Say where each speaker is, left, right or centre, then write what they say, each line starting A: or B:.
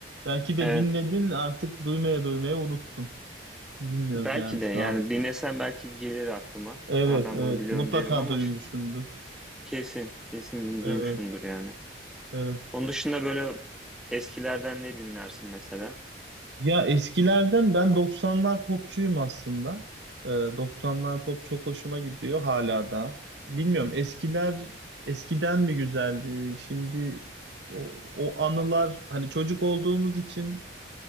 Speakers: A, on the right (about 70°); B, in the centre.
A: Belki de
B: Evet.
A: dinledin artık duymaya duymaya unuttun. Bilmiyoruz
B: Belki
A: yani şu
B: de yani
A: an.
B: dinlesem belki gelir aklıma.
A: Evet,
B: Ha ben
A: evet.
B: bunu biliyorum
A: Mutlaka
B: derim ama
A: duymuşumdur.
B: ş- kesin kesin
A: Evet,
B: duymuşumdur yani.
A: evet.
B: Onun dışında böyle eskilerden ne dinlersin mesela?
A: Ya eskilerden ben 90'lar popçuyum aslında. Ee, 90'lar pop çok hoşuma gidiyor hala da. Bilmiyorum eskiler eskiden mi güzeldi? Şimdi o, o anılar hani çocuk olduğumuz için